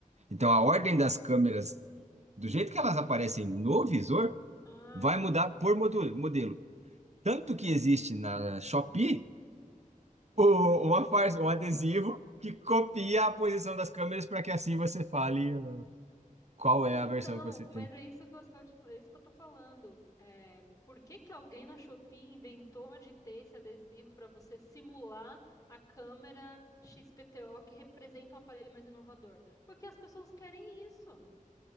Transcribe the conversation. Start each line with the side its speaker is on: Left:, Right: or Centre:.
Right: Então, a ordem das câmeras, do jeito que elas aparecem no visor,
Left: Ah,
Right: vai
Left: sim.
Right: mudar por modu- modelo. Tanto
Left: Uhum.
Right: que existe na Shopee o- uma farsa, um adesivo que copia a posição das câmeras para que assim você fale uh, qual é
Left: Então,
Right: a versão que você tem.
Left: mas é isso que eu estou, te- é isso que eu tô falando. É, por que que alguém na Shopee inventou de ter esse adesivo para você simular a câmera XPTO que representa o aparelho mais inovador? Porque as pessoas querem isso.